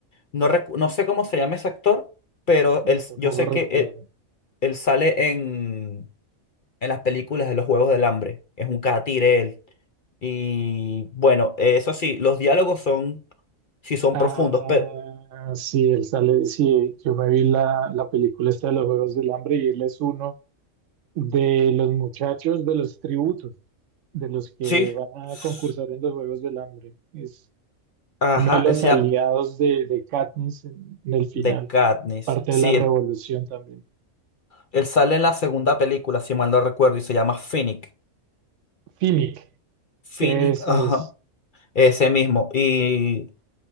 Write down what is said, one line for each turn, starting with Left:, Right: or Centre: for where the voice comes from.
Left: no, recu- no sé cómo se llama ese actor, pero él,
Right: Yo tampoco
Left: yo sé
Right: recuerdo.
Left: que él, él sale en, en las películas de los Juegos del Hambre, es un catire él. Y bueno, eh, eso sí, los diálogos son, sí son
Right: Ah,
Left: profundos, pero
Right: sí, él sale, sí, yo me vi la, la película esta de los Juegos del Hambre y él es uno de los muchachos de los tributos, de los que
Left: sí,
Right: van
Left: s-
Right: a concursar en los Juegos del Hambre. Es
Left: ajá,
Right: uno de los
Left: él se
Right: aliados
Left: llama
Right: de, de Katniss en, en el final,
Left: The Katniss,
Right: parte
Left: sí,
Right: de la revolución también.
Left: Él sale en la segunda película, si mal no recuerdo, y se llama Finnick.
Right: Finnick,
Left: Finnick,
Right: ese
Left: ajá.
Right: es.
Left: Ese mismo. Y,